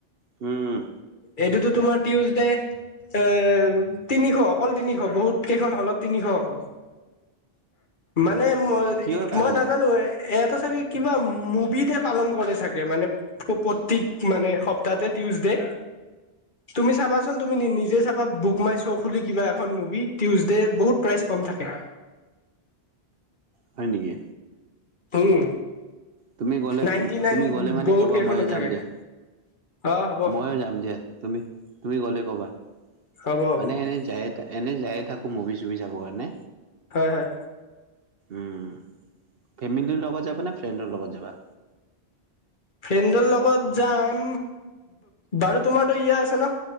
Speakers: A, on the right; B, on the left.
A: হম।
B: এইটোতো তোমাৰ টিউচডে। এ তিনিশ অকল তিনিশ বহুত কেইখন হলত তিনিশ অকল মানে ম
A: কিহৰ কাৰণে
B: মই নাজানো এটো চাগে কিবা মুবিতহে পালন কৰে চাগে মানে প প্ৰতিক মানে সপ্তাহতে টিউচডে তুমি চাবাচোন তুমি নি নিজে চাবা বুক মাই শ্ব' খুলি কিবা এখন মুভি টিউজডে বহুত প্ৰাইচ কম থাকে।
A: হয় নেকি?
B: উম।
A: তুমি গ'লে
B: নাইনটি নাইন
A: তুমি গ'লে মানে
B: বহুত
A: ক'বা
B: কেইখনত
A: ময়ে যাম
B: থাকে
A: দিয়া।
B: অ হ'ব
A: ময়ো যাম দিয়া। তুমি তুমি গ'লেই ক'বা
B: হ'ব হ'ব
A: মানে এনেই যায়ে এনে যায়ে থাকো। মুভি চভি চাবৰ কাৰণে
B: হয় হয়।
A: উম। ফোমিলিৰ লগাই যাবা নে ফ্ৰেণ্ডৰ লগত যাবা?
B: ফ্ৰেণ্ডৰ লগত যাম। বাৰু তোমাৰতো ইয়া আছে ন